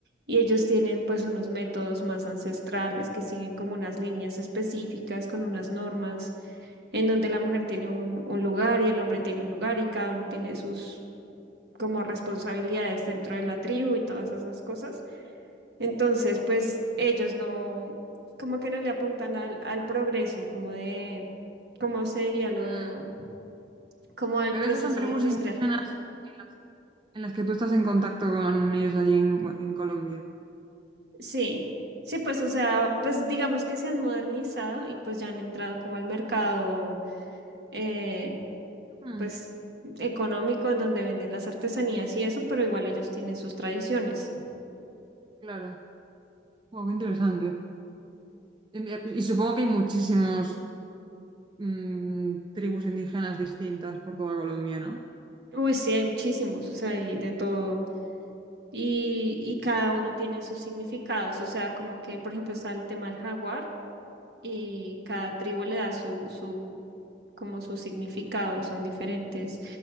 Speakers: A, on the right; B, on the right.
A: y ellos tienen pues unos métodos más ancestrales que siguen como unas líneas específicas con unas normas en donde la mujer tiene un, un lugar y el hombre tiene un lugar y cada uno tiene sus como responsabilidades dentro de la tribu y todas esas cosas. Entonces, pues ellos no, como que no le apuntan al, al progreso, como de, ¿cómo se diría lo,
B: mm.
A: como al
B: Pero
A: proceso
B: esas son tribus
A: industrial?
B: indígenas en las, en las que tú estás en contacto con ellos allí en, en Colombia.
A: Sí, sí, pues, o sea, pues digamos que se han modernizado y pues ya han entrado como al mercado,
B: Ah,
A: eh,
B: mm,
A: pues, económico en donde venden las artesanías y eso, pero igual ellos tienen sus tradiciones.
B: claro. Wow, qué interesante. Eh, Y supongo que hay muchísimos mm, tribus indígenas distintas por toda Colombia, ¿no?
A: Uy, sí, hay muchísimos, o sea, hay de todo. Y, y cada uno tiene sus significados, o sea, como que, por ejemplo, está el tema del jaguar y cada tribu le da su, su, como su significado, son diferentes.